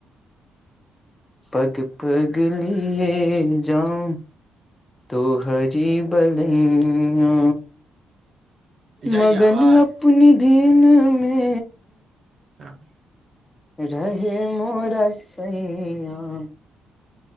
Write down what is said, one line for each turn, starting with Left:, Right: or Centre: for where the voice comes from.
Left: पग-पग लऽ जाउ। तो हरी बलैया।
Right: जाइया
Left: मगन
Right: आवाज
Left: अपने धिनमे।
Right: हँ <unintelligible>
Left: रहे मोरा सैयाँ।